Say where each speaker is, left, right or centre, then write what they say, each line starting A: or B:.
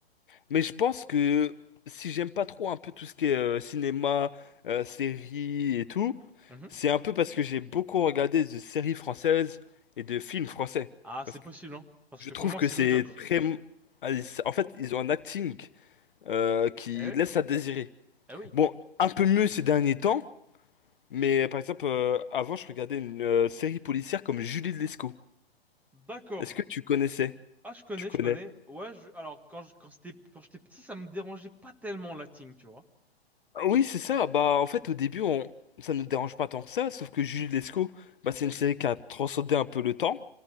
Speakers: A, on the left; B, in the centre.
A: Mais je pense que si j'aime pas trop un peu tout ce qui est euh, cinéma, euh, séries et tout,
B: Mhm.
A: c'est un peu parce que j'ai beaucoup regardé de séries françaises et de films français.
B: Ah
A: Parce
B: c'est possible
A: que
B: hein, parce
A: je
B: que
A: trouve
B: pour moi
A: que
B: c'est
A: c'est
B: médiocre.
A: très... Ah, ils- En fait, ils ont un acting euh, qui
B: Eh
A: laisse
B: oui,
A: à désirer.
B: eh oui.
A: Bon, un peu mieux ces derniers temps, mais euh, par exemple, euh, avant, je regardais une euh, série policière comme Julie de Lescaut.
B: D'accord.
A: Est-ce que tu connaissais?
B: Ah je connais,
A: Tu connais?
B: je connais. Ouais, je, alors quand je, quand c'était quand j'étais petit, ça me dérangeait pas tellement l'acting, tu vois.
A: Oui, c'est ça. Bah, en fait, au début, on... ça ne nous dérange pas tant que ça, sauf que Jules Lescaut, bah, c'est une série qui a transcendé un peu le temps.